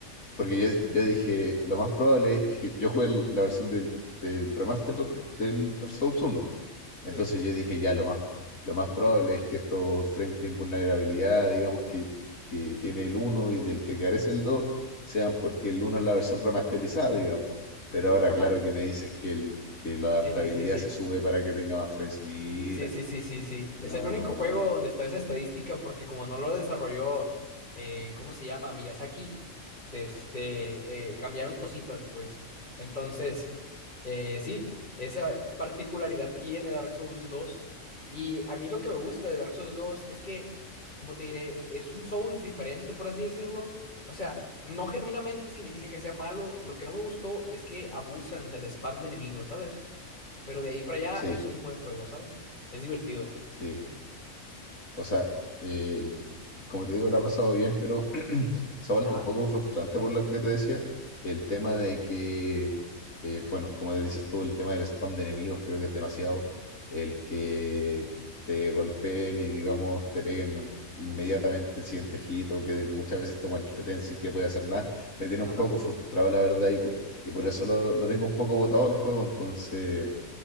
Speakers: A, on the left; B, on the left.
A: porque yo, yo dije, lo más probable es que yo jugué el- la versión del, del remaster del Dark Souls 1, entonces
B: sí.
A: yo dije, ya, lo más, lo más probable es que estos frames de invulnerabilidad, digamos que, que tiene el uno y del que carece el 2 sean porque el uno es la versión remasterizada, digamos. Pero ahora,
B: Ajá.
A: claro que me dices que, el, que la adaptabilidad
B: Sí, sí, sí, sí.
A: se sube para que tenga más frames. Mira,
B: Sí, sí, sí, sí, sí.
A: no.
B: Es el único juego donde está esa estadística porque como no lo desarrolló, eh, ¿cómo se llama? Miyazaki, de este, eh, cambiaron cositas, pues. Entonces, eh, sí, esa particularidad tiene Dark Souls dos Y a mí lo que me gusta de Dark Souls dos es que, como te diré, es un Souls diferente, por así decirlo. O sea, no genuinamente significa que sea malo. Lo que no me gustó es que abusan del spam de enemigos, ¿sabes? Pero de ahí para allá
A: Sí,
B: es un buen juego, ¿sabes? Es divertido.
A: sí. O sea, eh, como te digo, la ha pasado bien, pero se ha vuelto
B: Ajá,
A: un poco frustrante por lo que te decía, el tema de que, eh, bueno, como te dices tú, el tema del spam de enemigos creo que es demasiado, el que te golpeen y digamos te peguen inmediatamente el siguiente hit o que muchas veces te guancheten sin que pueda hacer nada, me tiene
B: ajá.
A: un poco frustrado la verdad y por, y por eso lo, lo tengo un poco botado el juego, entonces,